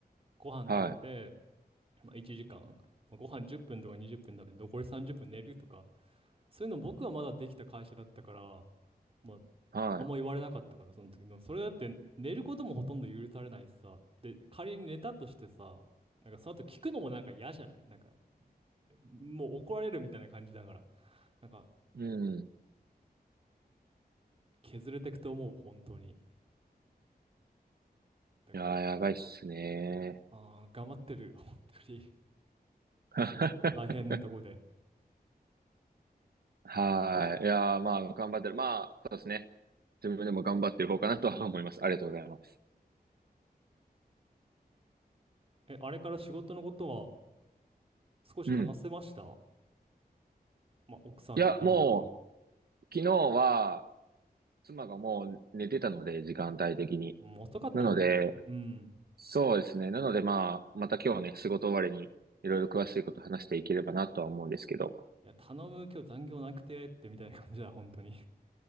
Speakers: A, on the right; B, on the right.
A: ご飯食べて、
B: はい。
A: まあ、1時間、まあ、ご飯10分とか20分食べて、残り30分寝るとか、そういうの僕はまだできた会社だったから、まあ、
B: は
A: 何も言われなかったから、その時の。それだって、寝ることもほとんど許されないしさ。で、仮に寝たとしてさ、なんかその後聞くのもなんか嫌じゃないなんか、もう怒られるみたいな感じだから。なんか、
B: い。うん。
A: 削れてくと思う、本当に。だ
B: いやー、やばいっすね。
A: ああ、頑張ってる、<laughs> 本当に。
B: <laughs>
A: <laughs> 大変なとこで。
B: はい。いやー、まあ、頑張ってる。まあ、そうですね。自分でも頑張ってる方かなとは思います。ありがとうございます。
A: え、あれから仕事のことは少し話せました
B: うん。
A: まあ、奥さんっていうのかな。
B: いや、もう、昨日は、妻がもう寝てたので、時間帯的に。
A: うん、遅かったもんね。
B: なので、
A: うん。
B: そうですね。なのでまあ、また今日はね、仕事終わりにいろいろ詳しいこと話していければなとは思うんですけど、
A: いや、頼む、今日残業なくてってみたいな感じだ、本当に。